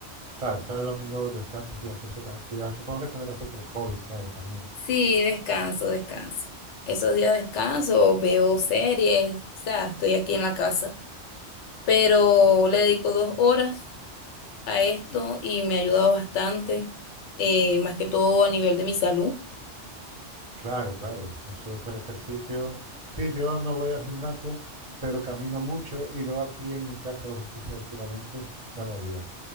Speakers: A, on the right (about 35°); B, on the left (about 75°).
A: Claro, sábado y domingo descansas y haces otras actividades. Supongo que tendrás otros hobbies, claro, también.
B: Sí, descanso, descanso. Esos días descanso, veo series, o sea, estoy aquí en la casa, pero le dedico dos horas. a esto y me ha ayudado bastante, eh, más que todo a nivel de mi salud.
A: Claro, claro, eso es el ejercicio. Sí, yo no voy al gimnasio, pero camino mucho y luego aquí en mi casa hago ejercicio de estiramientos cada día,